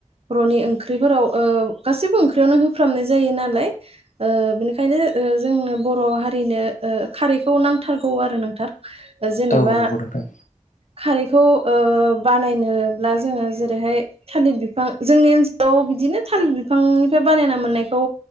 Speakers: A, on the right; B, on the left.
A: बर'नि ओंख्रिफोराव ओ गासैबो ओंख्रियावनो होफ्रामनाय जायो नालाय ओ बिनिखायनो ओ जोंनो बर' हारिनो ओ खारैखौ नांथारगौ आरो नोंथां। जेनेबा
B: औ नंगौ नोंथां
A: खारैखौ ओ बानायनोब्ला जोङो जेरैहाय थालिर बिफां जोंनि ओनसोलाव बिदिनो थालिर बिफांनिफ्राय बानायना मोननायखौ